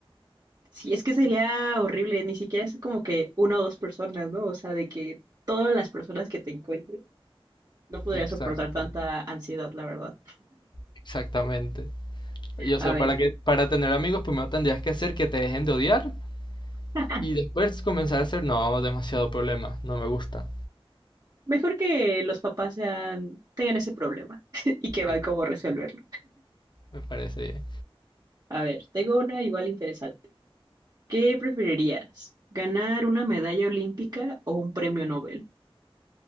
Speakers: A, on the right; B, on the left.
A: sí, es que sería horrible, ni siquiera es como que una o dos personas, ¿no? O sea, de que todas las personas que te encuentres, no podría
B: Exacto,
A: soportar tanta ansiedad, la verdad.
B: exactamente. Y o
A: A
B: sea,
A: ver,
B: para que, para tener amigos, primero tendrías que hacer que te dejen de odiar
A: <laughs>
B: y después comenzar a hacer, no, demasiado problema, no me gusta.
A: mejor que los papás sean, tengan ese problema <laughs> y que van
B: Sí,
A: cómo resolverlo.
B: me parece bien.
A: A ver, tengo una igual interesante. ¿Qué preferirías? ¿Ganar una medalla olímpica o un premio Nobel?